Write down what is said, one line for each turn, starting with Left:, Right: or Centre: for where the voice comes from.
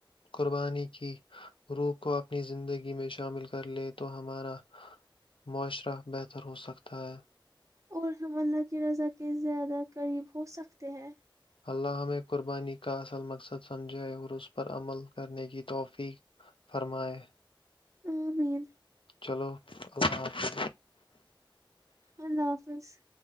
Left: قربانی کی روح کو اپنی زندگی میں شامل کر لیں تو ہمارا معاشرہ بہتر ہو سکتا تھا <unintelligible>
Right: اور ہم اللہ کی رضا کے زیادہ قریب ہو سکتے ہیں
Left: <inaudible>
Right: ہ مین <unintelligible>
Left: چلو اللہ حافظ
Right: اللہ حافظ <unintelligible>